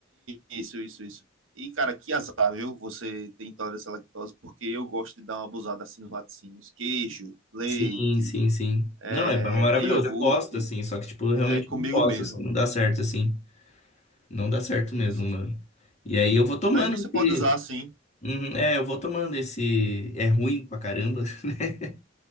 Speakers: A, on the right (about 85°); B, on the left (about 35°).
A: Isso, isso, isso. E, cara, que azar, viu? Você tem intolerância à lactose, porque eu gosto de dar uma abusada assim nos laticínios. Queijo, leite,
B: Sim, sim, sim.
A: é,
B: Não, é maravilhoso,
A: é iogurte,
B: eu gosto, assim, só que, tipo, eu realmente
A: é comigo
B: não posso,
A: mesmo.
B: assim, não dá certo, assim. Não dá certo
A: Sim,
B: mesmo,
A: sim.
B: mano. E aí eu vou tomando
A: Mas você pode
B: esse.
A: usar, sim.
B: Uhum, é, eu vou tomando esse. É ruim pra caramba, <laughs> né?